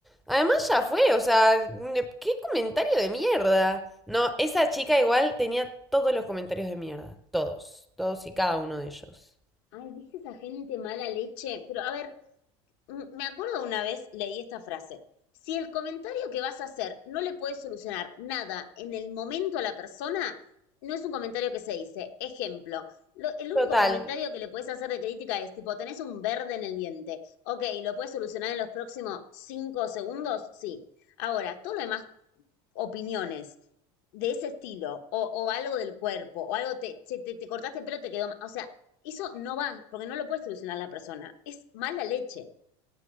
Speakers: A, in the centre; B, on the left.
A: Además ya fue, o sea, ne- qué comentario de mierda. No, esa chica igual tenía todos los comentarios de mierda. Todos, todos y cada uno de ellos.
B: Ay, ¿viste esa gente mala leche? Pero a ver, Me acuerdo una vez leí esta frase. Si el comentario que vas a hacer no le puede solucionar nada en el momento a la persona, no es un comentario que se dice. Ejemplo, lo- el único
A: Total,
B: comentario que le puedes hacer de crítica es tipo, tenés un verde en el diente. Ok, ¿lo puedes solucionar en los próximos cinco segundos? Sí. Ahora, todo lo demás, opiniones de ese estilo, o, o algo del cuerpo, o algo, te, te, te cortaste el pelo, te quedó mal. O sea, eso no va, porque no lo puede solucionar la persona. Es mala leche.